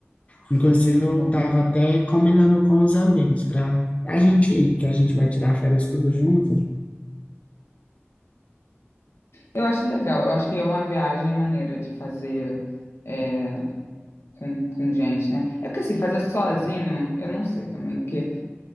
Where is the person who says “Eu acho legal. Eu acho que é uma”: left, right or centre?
Left